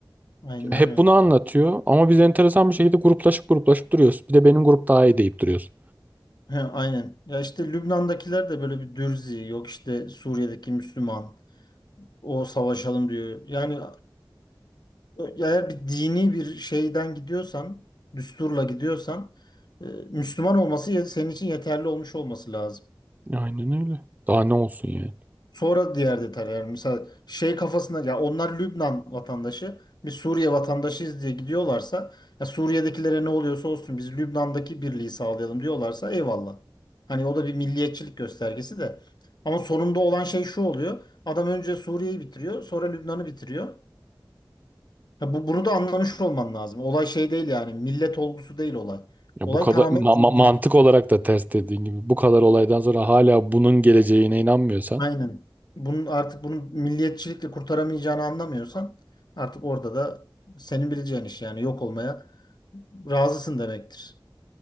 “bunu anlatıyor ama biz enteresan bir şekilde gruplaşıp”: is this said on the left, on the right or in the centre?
Right